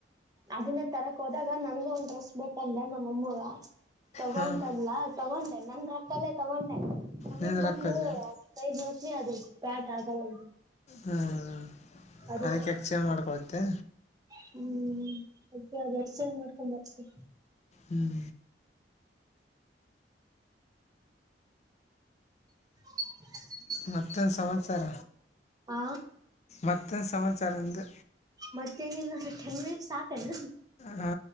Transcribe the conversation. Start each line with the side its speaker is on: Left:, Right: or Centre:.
Right: ಅದನ್ನೇ ತರಕ್ ಹೋದಾಗ ನನ್ಗೂ ಒಂದ್ ಡ್ರೆಸ್ ಬೇಕಲ್ಲ ನಮ್ಮಮ್ಮೂ ತಗೋಂತಲ್ಲ್ಲ
Left: ಹಾಂ
Right: ತಗೊಂಡೆ ನಂದ ರೊಕ್ಕಲ್ಲೇ ತಗೊಂಡೆ ಮನಗ್
Left: ನಿಂದು
Right: ಬಂದು
Left: ರೊಕ್ಕಲ್ಲೇ
Right: ಕೈದು ನೋಷನೆ ಅದು ಬ್ಯಾಟ್ ಆಗ ಒ
Left: ಹಾಂ
Right: ಅದದ
Left: ಅದಕ್ಕೆ ಎಕ್ಸ್ಚೇಂಜ್ ಮಾಡ್ಕೊಳುತ್ತೆ
Right: ಹ್ಮ್ ಅದೆ ಅದ ಎಕ್ಸ್ಚೇಂಜ್ ಮಾಡ್ಕೊಂಡ ಬರ್ತ
Left: ಹ್ಮ್
Right: <inaudible>
Left: ಮತ್ತೊಂದು ಸಮಾಚಾರ
Right: ಹಾ
Left: ಮತ್ತ ಸಮಾಚಾರಂದು.
Right: ಮತ್ತೇನಿಲ್ಲ ಚೆಂಗ ಸಾತ್ನ.
Left: ಹಾ.